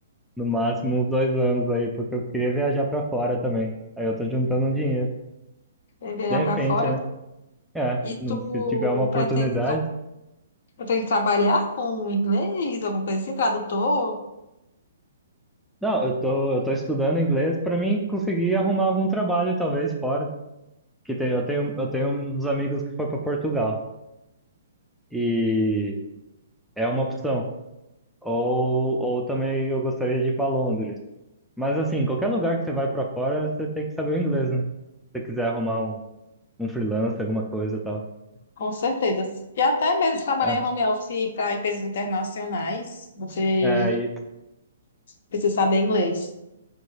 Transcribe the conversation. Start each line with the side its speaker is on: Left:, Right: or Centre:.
Centre: No máximo uns dois anos aí, porque eu queria viajar pra fora também. Aí eu tô juntando um dinheiro.
Left: É viajar
Centre: De repente,
Left: pra fora.
Centre: né? É,
Left: E
Centre: não-
Left: tu
Centre: se tiver uma oportunidade.
Left: pretende, tra- pretende trabalhar com inglês, alguma coisa assim, tradutor?
Centre: Não, eu tô, eu tô estudando inglês pra mim conseguir arrumar algum trabalho, talvez, fora. Que tem, eu tenho, eu tenho uns amigos que foram pra Portugal. E é uma opção. Ou, ou também eu gostaria de ir pra Londres. Mas assim, qualquer lugar que você vai pra fora, você tem que saber o inglês, né? Se você quiser arrumar um, um freelancer, alguma coisa e tal.
Left: Com certeza. E até mesmo trabalhar
Centre: É.
Left: em home office para empresas internacionais, você
Centre: É,
Left: precisa saber inglês.